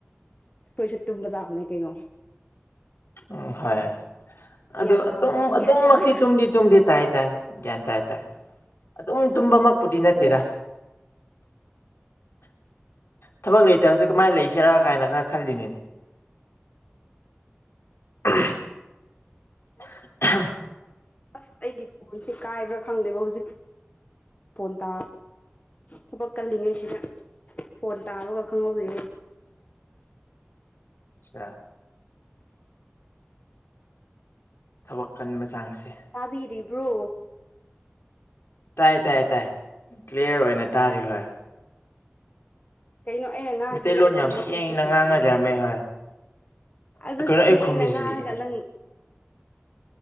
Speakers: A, on the left; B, on the left.
A: ꯈꯣꯏꯁꯨ ꯇꯨꯝꯕ ꯇꯥꯕꯅꯦ ꯀꯩꯅꯣ꯫
B: ꯎ ꯍꯣꯏ ꯑꯗꯨ
A: ꯒ꯭ꯌꯥꯟ ꯇꯥꯕ꯭ꯔꯥ
B: ꯑꯗꯨꯝꯃꯛꯇꯤ
A: ꯒ꯭ꯌꯥꯟ ꯇꯥꯕ꯭ꯔꯥ
B: ꯇꯨꯝꯗꯤ ꯇꯨꯝꯗꯤ ꯇꯥꯏ ꯇꯥꯏ ꯒ꯭ꯌꯥꯟ ꯇꯥꯏ ꯇꯥꯏ ꯑꯗꯨꯝ ꯇꯨꯝꯕꯃꯛꯄꯨꯗꯤ ꯅꯠꯇꯦꯗ꯫
A: ꯑꯣ
B: ꯊꯕꯛ ꯂꯩꯇꯕꯁꯦ ꯀꯃꯥꯏꯅ ꯂꯩꯁꯤꯔꯥ ꯀꯥꯏꯅ ꯈꯔ ꯈꯜꯂꯤꯅꯦ꯫ ꯎꯝ <unintelligible>
A: ꯑꯁ ꯑꯩꯒꯤ ꯐꯣꯟꯁꯦ ꯀꯥꯏꯕ꯭ꯔꯥ ꯈꯪꯗꯦꯕ ꯍꯧꯖꯤꯛ ꯐꯣꯟ ꯇꯥ ꯊꯕꯛ ꯀꯜꯂꯤꯉꯩꯁꯤꯗ ꯐꯣꯟ ꯇꯥꯕꯒ ꯈꯪꯍꯧꯗꯦ꯫
B: ꯆꯥ ꯊꯕꯛ ꯀꯟꯕ ꯆꯥꯡꯁꯦ
A: ꯇꯥꯕꯤꯔꯤꯕ꯭ꯔꯣ?
B: ꯇꯥꯏ ꯇꯥꯏ ꯇꯥꯏ ꯀ꯭ꯂꯤꯌꯥꯔ ꯑꯣꯏꯅ ꯇꯥꯔꯤ ꯍꯣꯏ꯫
A: ꯀꯩꯅꯣ ꯑꯩꯅ ꯉꯥꯡꯁꯤ
B: ꯃꯩꯇꯩꯂꯣꯟ
A: ꯅꯪ ꯈꯨꯝꯃꯛꯇꯤꯁꯤ
B: ꯌꯥꯝ ꯁꯦꯡꯅ
A: ꯀꯩꯒꯤꯅꯣ
B: ꯉꯥꯡꯉ
A: ꯑꯗꯨꯗꯤ?
B: ꯂꯩꯔꯝꯃꯦ ꯍꯣꯏ
A: ꯑꯗꯨ
B: ꯀꯩꯅꯣ
A: ꯁꯦꯡꯅ
B: ꯑꯩ ꯈꯨꯝꯃꯤꯁꯤꯗꯤ
A: ꯉꯥꯡꯉꯒ
B: ꯑꯣ
A: ꯅꯪ